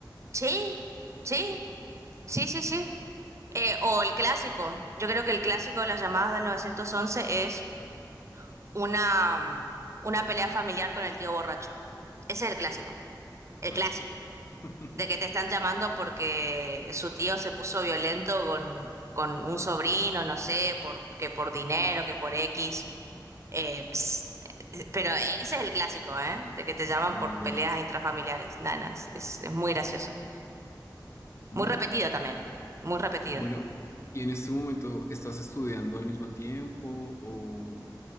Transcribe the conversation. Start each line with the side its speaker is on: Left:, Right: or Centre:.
Right: sí, sí, sí, sí, sí. Eh, o el clásico. Yo creo que el clásico de las llamadas del 911 es una, mm, una pelea familiar con el tío borracho. Ese es el clásico. El
Left: Ay,
Right: clásico.
Left: <laughs>
Right: De que te están llamando porque su tío se puso violento con, con un sobrino, no sé, por, que por dinero, que por X. Eh, ps, eh, pero ese es el clásico, ¿eh? De que te llaman
Left: Oh
Right: por
Left: my
Right: peleas
Left: God.
Right: intrafamiliares. Nanas. Es, es muy gracioso.
Left: Mm.
Right: Muy repetido también. Muy repetido.
Left: Bueno, ¿y en este momento estás estudiando al mismo tiempo o